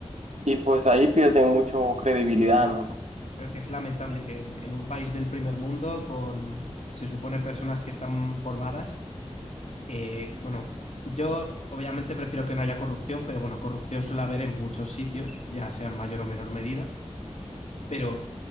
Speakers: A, on the right (about 75°); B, on the left (about 70°).
A: y pues ahí pierden mucho credibilidad,
B: sí.
A: ¿no?
B: Pero que es lamentable que en, en un país del primer mundo, con, se supone, personas que están formadas, eh, bueno, yo obviamente prefiero que no haya corrupción, pero bueno, corrupción suele haber en muchos sitios, ya sea en mayor o menor medida, pero